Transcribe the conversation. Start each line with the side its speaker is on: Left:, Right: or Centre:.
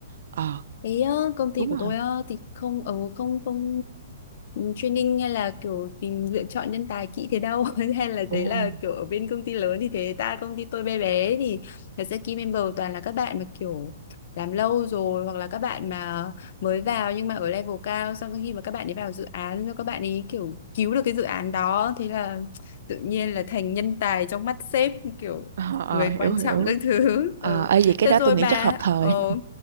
Right: ờ
Left: Ý á, công ty
Right: đúng
Left: của
Right: rồi
Left: tôi á, thì không ở không không training hay là kiểu tìm lựa chọn nhân tài kỹ thế đâu <laughs> hay là
Right: Ồ.
Left: đấy là kiểu ở bên công ty lớn thì thế ta công ty tôi bé bé thì thật ra key member toàn là các bạn mà kiểu làm lâu rồi hoặc là các bạn mà mới vào nhưng mà ở level cao xong khi mà các bạn ấy vào dự án rồi các bạn ấy kiểu cứu được cái dự án đó thế là tự nhiên là thành nhân tài trong mắt sếp kiểu
Right: Ờ, ờ,
Left: người
Right: hiểu
Left: quan
Right: hiểu.
Left: trọng các thứ
Right: ờ
Left: <laughs> ừ.
Right: ê vậy cái
Left: Được
Right: đó
Left: rồi
Right: tôi nghĩ
Left: bà
Right: chắc hợp thời
Left: ờ